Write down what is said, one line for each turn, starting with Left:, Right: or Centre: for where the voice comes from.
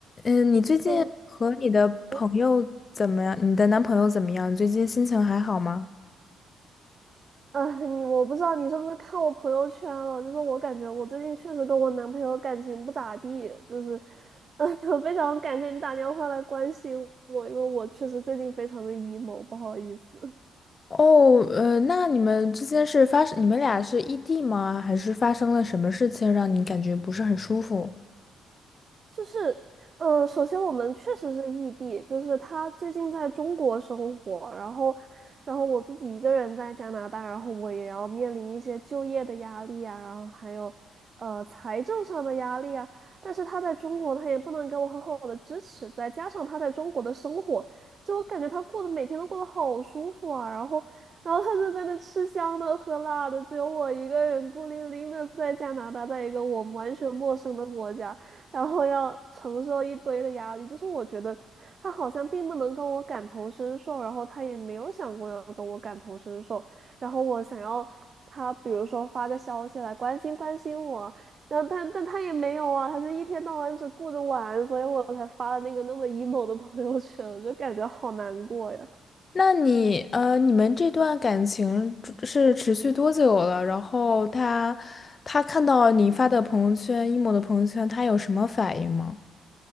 Left: 嗯，你最近和你的朋友怎么样？
Right: 哎，嗯，
Left: 你的男朋友怎么样？你最近心情还好吗？
Right: 啊，你我不知道你是不是看我朋友圈了，就是我感觉我最近确实跟我男朋友感情不咋地，就是，呃，<laughs> 非常感谢你打电话来关心我，因为我确实最近非常的 emo，不好意思。
Left: 哦，呃，那你们之间是发生，你们俩是异地吗？还是发生了什么事情让你感觉不是很舒服？
Right: 就是，呃，首先我们确实是异地，就是他最近在中国生活，然后，然后我自己一个人在加拿大，然后我也要面临一些就业的压力啊，然后还有，呃，财政上的压力啊。但是他在中国，他也不能给我很好的支持，再加上他在中国的生活，就我感觉他过得每天都过得好舒服啊，然后，然后他就在那吃香的喝辣的，只有我一个人孤零零的在加拿大，在一个我完全陌生的国家。然后要承受一堆的压力。就是我觉得他好像并不能跟我感同身受，然后他也没有想过要跟我感同身受。然后我想要他，比如说发个消息来关心关心我，然后他但他也没有啊，他就一天到晚只顾着玩，所以我才发了那个那么 emo 的朋友圈，我就感觉好难过呀。
Left: 那你，呃，你们这段感情呃是持续多久了？然后他，他看到你发的朋友圈，emo 的朋友圈，他有什么反应吗？